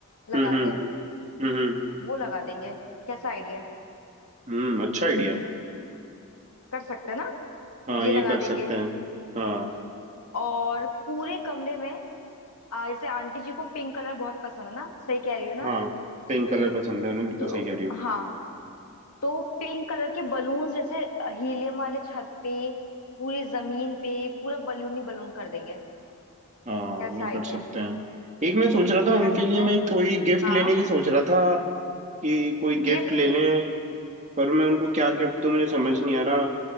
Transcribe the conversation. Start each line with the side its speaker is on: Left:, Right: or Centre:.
Left: लगाते
Right: हम्म हम्म
Left: हैं
Right: हम्म हम्म,
Left: वो लगा देंगे कैसा आइडिया
Right: हम्म, अच्छा आइडिया है
Left: कर सकते हैं ना
Right: हाँ
Left: ये
Right: ये
Left: लगा
Right: कर सकते
Left: देंगे
Right: हैं हाँ
Left: और पूरे कमरे में आ, जैसे आंटी जी को पिंक कलर बहुत पसंद है ना सही कह रही हूँ ना
Right: हाँ
Left: मैं
Right: पिंक कलर पसंद है उन्हें बिल्कुल
Left: तो
Right: सही कह रही हो
Left: हाँ तो पिंक कलर के बलून जैसे हीलियम वाले छत पे पूरी जमीन पे पूरा बलून ही बलून कर देंगे
Right: हाँ
Left: कैसा
Right: ये
Left: आइडिया
Right: कर सकते
Left: है
Right: हैं एक मैं सोच रहा था उनके
Left: कर सकते
Right: लिए मैं
Left: हैं
Right: कोई गिफ्ट
Left: हाँ
Right: लेने की सोच रहा था कि कोई गिफ्ट
Left: गिफ्ट
Right: ले लें पर मैं उनको क्या गिफ्ट दूं मुझे समझ नहीं आ रहा